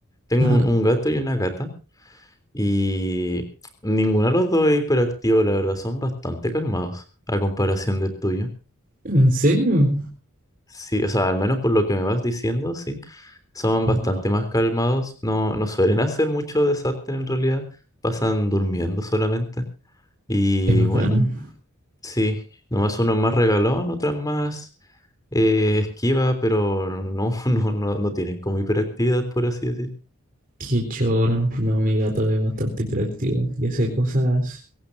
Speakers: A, on the left; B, on the right.
A: Tengo
B: Ah,
A: un, un gato y una gata. Y ninguno de los dos es hiperactivo, la verdad, son bastante calmados a comparación del tuyo.
B: ¿En serio?
A: Sí, o sea, al menos por lo que me vas diciendo, sí, son
B: Wow,
A: bastante más calmados. No, no suelen hacer mucho desastre en realidad. Pasan durmiendo solamente. Y
B: qué bacán.
A: bueno, sí, nomás uno es más regalón, otras más eh, esquiva, pero no, <laughs> no, no, no tienen como hiperactividad, por así decir.
B: Qué choro. No, mi gato es bastante hiperactivo y hace cosas